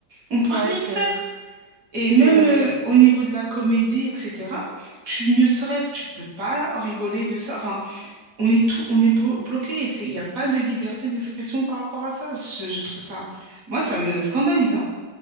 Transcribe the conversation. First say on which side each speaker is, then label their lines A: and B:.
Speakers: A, on the right; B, on the right.
A: on peut
B: Ouais,
A: rien
B: c'est
A: faire. Et
B: c'est
A: même
B: vrai.
A: euh, au niveau de la comédie, etc., tu ne serais-ce, tu peux pas rigoler de ça. Enfin, on est tout, on est blo- bloqué. Et c'est- Il n'y a pas de liberté d'expression par rapport à ça. Je, je trouve ça, moi, ça me scandalise, hein.